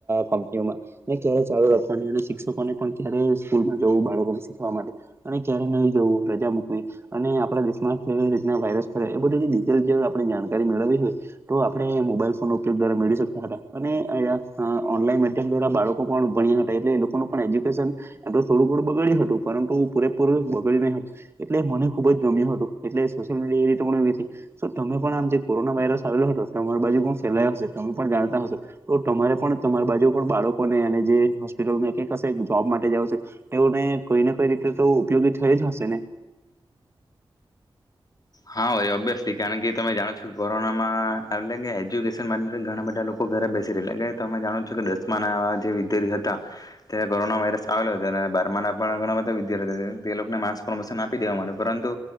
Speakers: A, on the right; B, on the left.
A: કંનીઓમાં ક્યારે ચાલુ રાખવાની અને શિક્ષકોને પણ ક્યારે સ્કૂલમાં જવું બાળકોમાં શીખવા માટે અને ક્યારે નહીં જવું રજા મૂકવી અને આપણા દેશમાં કેવી રીતના વાયરસ ફેલા એ બધી ડીટેલ આપણે જાણકારી મેળવવી હોય તો આપણે મોબાઈલ ફોન નો ઉપયોગ દ્વારા મેળવી શકતા હતા અને અ ઓનલાઈન માધ્યમ દ્વારા બાળકો <unintelligible> ભાણિયા હતા એટલે એ લોકોનું પણ એજ્યુકેશન એમ તો થોડું ઘણુ બગડ્યું હતું પરંતુ પૂરેપૂરું બગડ્યું નહી હતું એટલે મને ખુબ જ ગમ્યું હતું એટલે સોશિયલ મીડિયા એ રી એવી તમે પણ આમ જે કોરોના વાયરસ આવેલો હતો તમારી બાજુ પણ ફેલાયો હશે તમે પણ જાણતા હશો તો તમારે પણ તમારી બાજુ પણ બાળ લોકોને અને જે હોસ્પિટલ એક જોબ માટે <unintelligible> એને કઈને કઈ રીતે તો ઉપયોગી થઈ જ હશે ને.
B: હા ભાઈ ઓબ્વિયસલી કારણ કે તમે જાણો છો કે કોરોનામાં એટલે કે એજ્યુકેશન માટે ઘણા બધા લોકો ઘરે બેસી રહે, તમે જાણો છો કે દસમા ના જે વિદ્યાર્થી હતા તે કોરોના વાયરસ આવેલો હતો અને બારમા ના પણ ઘણા બધા વિદ્યાર્થી તે લોકોને માસ પરમોશન આપી દેવાનું પરંતુ